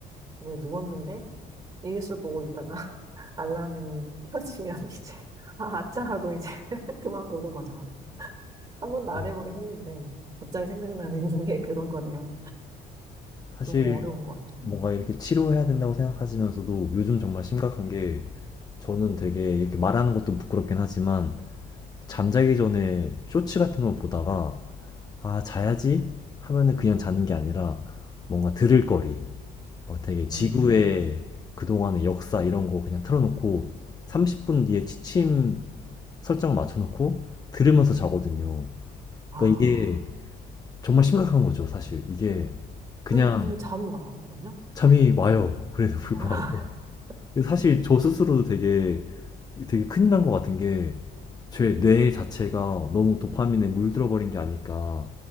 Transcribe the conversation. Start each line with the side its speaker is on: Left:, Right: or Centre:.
Right: 근데 누웠는데, 일기수 보고 있다가 <laughs> 알람이 켜지면 <laughs> 이제, 아, 아차 하고 이제 <laughs> 그만 보는 거죠. 한 번도 안
Left: 네.
Right: 해보긴 했는데, 갑자기 생각나는 <laughs> 게 그런 거네요.
Left: 사실
Right: 너무 어려운 것 같아요.
Left: 뭔가 이렇게 치료해야 된다고 생각하시면서도 요즘 정말 심각한 게 저는 되게 이렇게 말하는 것도 부끄럽긴 하지만 잠자기 전에 쇼츠 같은 걸 보다가 아, 자야지 하면은 그냥 자는 게 아니라 뭔가 들을 거리, 막 되게 지구의
Right: 음,
Left: 그동안의 역사 이런 거 그냥 틀어놓고 30분 뒤에 취침 설정을 맞춰놓고 들으면서 자거든요.
Right: 아,
Left: 그러니까 이게 정말 심각한 거죠, 사실. 이게 그냥
Right: 근- 근데 잠이 와, 그러면?
Left: 잠이 와요. 그래도 불구하고.
Right: 와요? <laughs>
Left: 사실 저 스스로도 되게 되게 큰일 난 것 같은 게 제 뇌 자체가 너무 도파민에 물들어 버린 게 아닐까